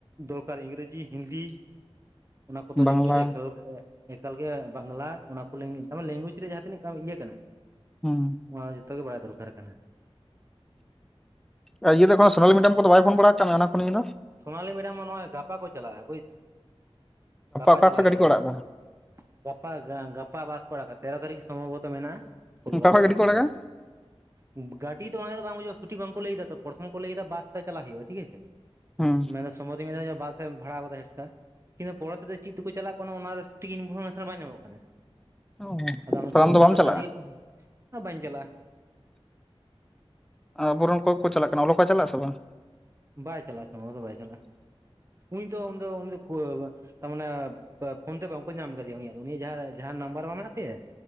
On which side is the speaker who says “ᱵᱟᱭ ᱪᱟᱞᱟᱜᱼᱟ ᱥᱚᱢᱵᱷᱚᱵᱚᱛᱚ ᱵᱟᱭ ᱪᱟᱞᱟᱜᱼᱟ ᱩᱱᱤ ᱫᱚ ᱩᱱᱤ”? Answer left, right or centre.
Right